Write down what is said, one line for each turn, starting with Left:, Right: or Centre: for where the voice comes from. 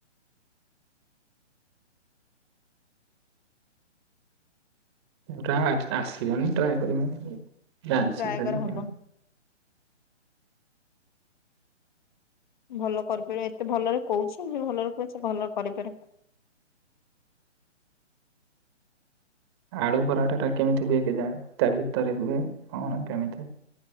Right: ଟ୍ରା ଆସିବନି ଟ୍ରାଏ କରିବ
Left: ହଁ
Right: ଜାଣିଛି
Left: ଟ୍ରାଏ
Right: ଖାଲି
Left: କର ହବ
Right: କେମିତି।
Left: ଭଲ କରିପାରିବ ଏତେ ଭଲରେ କହୁଛ ଭଲରେ କଛ ଭଲରେ କରିପାରେ <inaudible>
Right: ଆଳୁ ପରଟା ଟା କେମିତି ହୁଏ କେ ଯାଣ ତା ଭିତରେ ହୁଏ କଣ କେମିତି।